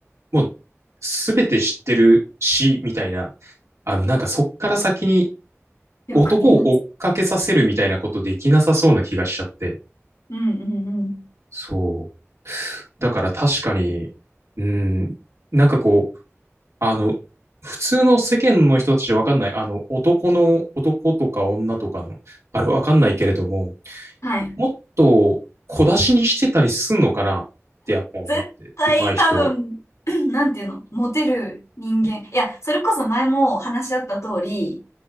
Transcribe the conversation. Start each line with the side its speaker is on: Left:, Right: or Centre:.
Right: もう全て知ってるし、みたいな、あの、なんかそっから先に
Left: よく見ます。
Right: 男を追っかけさせるみたいなことできなさそうな気がしちゃって、
Left: うんうんうん。
Right: そう。だから確かに、うん、なんかこう、あの、普通の世間の人たちじゃわかんない、あの、男の、男とか女とかの、あれわかんないけれども、
Left: はい。
Right: もっと小出しにしてたりすんのかなってやっぱ思って、
Left: 絶対多分、
Right: 上手い人。
Left: <clears throat> なんていうの、モテる人間。いや、それこそ前も話し合った通り、